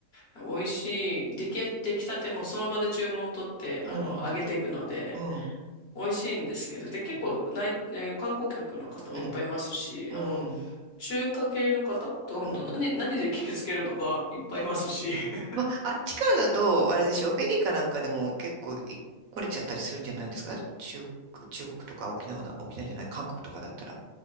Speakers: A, on the left; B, on the right.
A: 美味しい。出来、出来たてもその場で注文取って、
B: うん、
A: あの、揚げていくので、
B: うん、
A: 美味しいんですけど、で、結構内、
B: うん、
A: ね観光客の方もいっぱいいますし、
B: うん、うん。
A: あの、中華系の方とか、
B: うん
A: な何、何で聞きつけるとかいっぱいいますし、<laughs>
B: まあ、あっちからだと、あれでしょ、フェリーかなんかでも結構い来れちゃったりするんじゃないんですか中、中国とか沖縄だ、沖縄じゃない、韓国とかだったら。